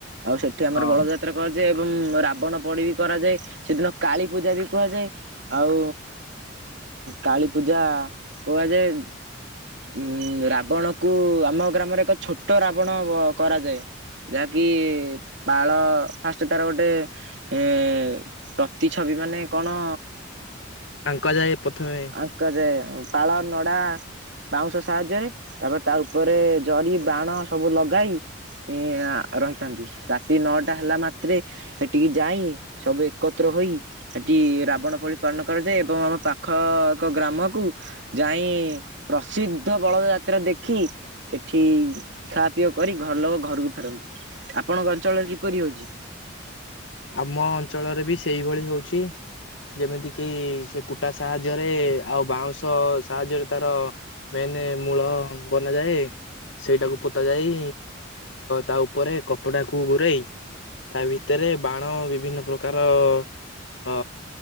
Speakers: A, on the right (about 60°); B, on the left (about 70°).
A: ଆଉ ସେଠି ଆମର
B: ହଁ।
A: ବଳଯାତ ଯାତ୍ରା କରାଯାଏ ଏବଂ ରାବଣ ପୋଡି ବି କରାଯାଏ ସେଦିନ କାଳୀ ପୂଜା ବି କୁହାଯାଏ। ଆଉ କାଳୀପୂଜା କୁହାଯାଏ। ଉ ରାବଣକୁ ଆମ ଗ୍ରାମରେ ଏକ ଛୋଟ ରାବଣ କରାଯାଏ। ଯାହାକି ପାଳ ଫାଷ୍ଟ ତାର ଗୋଟେ ଏ ପ୍ରତିଛବି ମାନେ କଣ
B: ଆଙ୍କ ଯାଏ ପ୍ରଥମେ।
A: ଆଙ୍କ ଯାଏ ପାଳ ନଡ଼ା ବାଉଁଶ ସାହାଯ୍ୟରେ ତାପରେ ତା ତା ପରେରେ ଜରି ବାଣ ସବୁ ଲଗାଇ ସେ ରହିଥା ରାତି ନଅଟା ହେଲା ମାତ୍ରେ ସେଠିକି ଯାଇ ସବୁ ଏକତ୍ର ହୋଇ ସେଠି ରାବଣ ପୋଡି ପାଳନ କରାଯାଏ ଏବଂ ଆମ ପାଖ ଏକ ଗ୍ରାମକୁ ଯାଇ ପ୍ରସିଦ୍ଧ ବଳଦଯାତ୍ରା ଦେଖି ସେଠି ଖାଅ ପିଆ କରି ଘର ଲୋକ ଘରକୁ ଫେରନ୍ତି। ଆପଣଙ୍କ ଅଞ୍ଚଳରେ କିପରି ହଉଛି?
B: ଆମ ଅଞ୍ଚଳରେ ବି ସେଇଭଳି ହଉଛି। ଯେମିତି କିି ସେ କୁଟା ସାହାଯ୍ୟରେ ଆଉ ବାଉଁଶ ସାହାଯ୍ୟରେ ତାର ମେନ୍ ମୂଳ ବନାଯାଏ। ସେଇଟାକୁ ପୋତା ଯାଇ ତା ଉପରେ କପଡାକୁ ଗୁରେଇ ତା ଭିତରେ ବାଣ ବିଭିନ୍ନ ପ୍ରକାର ଅ